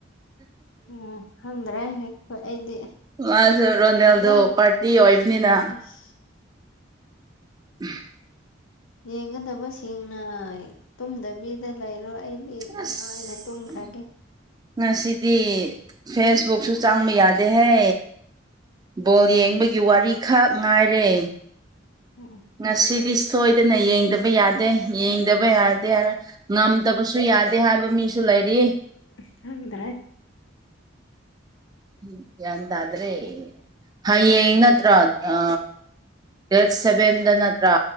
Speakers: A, on the left; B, on the right.
A: ꯎꯝ ꯈꯪꯗꯔꯦ ꯑꯩꯈꯣꯏ ꯑꯩꯗꯤ꯫
B: ꯃꯥꯁꯨ ꯔꯣꯅꯦꯜꯗꯣ
A: ꯅꯪ
B: ꯄꯥꯔꯇꯤ ꯑꯣꯏꯕꯅꯤꯅ꯫
A: ꯑꯁ
B: ꯎꯝ꯫
A: ꯌꯦꯡꯒꯗꯕꯁꯤꯡꯅ ꯇꯨꯝꯗꯕꯤꯗ ꯂꯩꯔꯣ ꯑꯩꯗꯤ꯫
B: ꯑꯁ꯫
A: ꯅꯨꯡꯉꯥꯏꯅ ꯇꯨꯝꯈ꯭ꯔꯒꯦ
B: ꯉꯁꯤꯗꯤ ꯐꯦꯁꯕꯨꯛꯁꯨ ꯆꯥꯡꯕ ꯌꯥꯗꯦꯍꯦ꯫ ꯕꯣꯜ ꯌꯦꯡꯕꯒꯤ ꯋꯥꯔꯤꯈꯛ ꯉꯥꯏꯔꯦ꯫
A: ꯎꯝ ꯎꯝ꯫
B: ꯉꯁꯤꯗꯤ ꯁꯣꯏꯗꯅ ꯌꯦꯡꯗꯕ ꯌꯥꯗꯦ ꯌꯦꯡꯗꯕ ꯌꯥꯗꯦ ꯍꯥꯏꯅ꯫ ꯉꯝꯗꯕꯁꯨ ꯌꯥꯗꯦ ꯍꯥꯏꯕ ꯃꯤꯁꯨ ꯂꯩꯔꯤ꯫
A: ꯈꯪꯗꯔꯦ꯫
B: ꯎꯝ ꯒ꯭ꯌꯥꯟꯇꯗ꯭ꯔꯦ ꯍꯌꯦꯡ ꯅꯠꯇꯔꯥ ꯑ꯫ ꯗꯦꯠ ꯁꯚꯦꯟꯗ ꯅꯠꯇ꯭ꯔꯥ